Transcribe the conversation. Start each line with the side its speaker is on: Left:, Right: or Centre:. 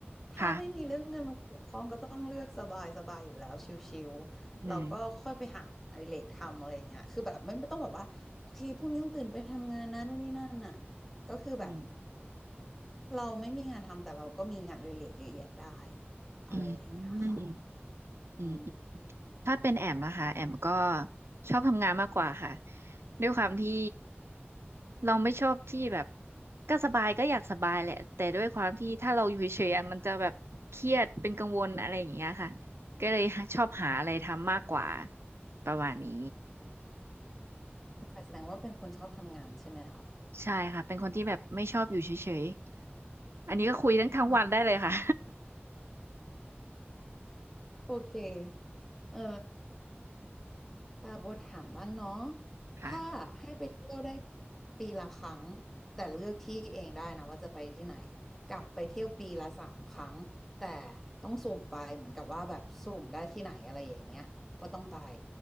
Centre: ถ้าไม่มีเรื่องเงินมาเกี่ยวข้องก็ต้องเลือกสบายสบายอยู่แล้วชิวๆเราก็ค่อยไปหาอดิเรกทำอะไรอย่างเงี้ยคือแบบไม่ไม่ต้องแบบว่าโอเคพรุ่งนี้ต้องตื่นไปทำงานนะนู่นนี่นั่นน่ะ
Right: ค่ะอืม
Centre: ก็คือแบบ
Right: อืม
Centre: เราไม่มีงานทำแต่เราก็มีงานอดิเรกเยอะแยะได้อะไรอย่างเงี้ยค่ะ
Right: อืมอืม
Centre: อืม
Right: ถ้าเป็นแอมนะคะแอมก็ชอบทำงานมากกว่าค่ะด้วยความที่เราไม่ชอบที่แบบก็สบายก็อยากสบายแหละแต่ด้วยความที่ถ้าเราอยู่เฉยๆอะมันจะแบบเครียดเป็นกังวลอะไรอย่างเงี้ยค่ะก็เลยชอบหาอะไรทำมากกว่าประมาณนี้
Centre: เข้าใจแสดงว่าเป็นคนชอบทำงานใช่ไหมคะ
Right: ใช่ค่ะเป็นคนที่แบบไม่ชอบอยู่เฉยๆอันนี้ก็คุยทั้งทั้งวันได้เลยค่ะ
Centre: อืมโอเคเออ ปาโบถามบ้างเนาะ
Right: <laughs> ค่ะ
Centre: ถ้าให้ไปเที่ยวได้ปีละครั้งแต่เลือกที่เองได้นะว่าจะไปที่ไหน กลับไปเที่ยวปีละสามครั้งแต่ต้องสุ่มไปเหมือนกับว่าแบบสุ่มได้ที่ไหนอะไรอย่างเงี้ยก็ต้องไป